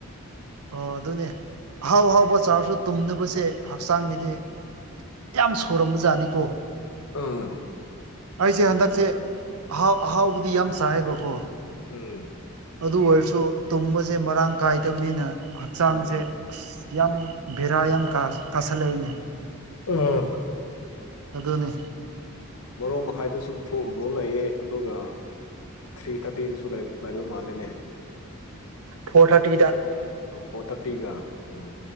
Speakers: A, on the right; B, on the left.
A: ꯑꯣ ꯑꯗꯨꯅꯦ ꯍꯥꯎ ꯍꯥꯎꯕ ꯆꯥꯔꯁꯨ ꯇꯨꯝꯗꯕꯁꯦ ꯍꯛꯆꯥꯡꯒꯤꯗꯤ ꯌꯥꯝ ꯁꯣꯔꯝꯕ ꯖꯥꯠꯅꯤꯀꯣ
B: ꯑꯥ
A: ꯑꯩꯁꯦ ꯍꯟꯗꯛꯁꯦ
B: ꯁꯨꯃꯥꯏ ꯎꯝ
A: ꯑꯍꯥꯎ ꯑꯍꯥꯎꯕꯗꯤ ꯌꯥꯝ ꯆꯥꯏꯕꯀꯣ
B: ꯎꯝ
A: ꯑꯗꯨ ꯑꯣꯏꯔꯁꯨ ꯇꯨꯝꯕꯁꯦ ꯃꯔꯥꯡ ꯀꯥꯏꯗꯕꯅꯤꯅ ꯍꯛꯆꯥꯡꯁꯦ
B: ꯑꯥ
A: ꯑꯁ ꯌꯥꯝ ꯕꯦꯔꯥ ꯌꯥꯝ ꯀꯥꯁꯜꯂꯛꯏꯅꯦ
B: ꯑꯣ
A: ꯑꯗꯨꯅꯤ
B: ꯃꯔꯣ ꯃꯈꯥꯏꯗꯁꯨ ꯊꯣꯛꯑ ꯐꯥꯎ ꯂꯩꯑ ꯑꯗꯨꯒ ꯊ꯭ꯔꯤ ꯊꯥꯔꯇꯤꯁꯨ ꯂꯥꯏꯕ ꯃꯥꯂꯦꯅꯦ
A: ꯐꯣꯔ ꯊꯥꯔꯇꯤꯗ
B: ꯐꯣꯔ ꯊꯥꯔꯇꯤꯒ ꯎꯝ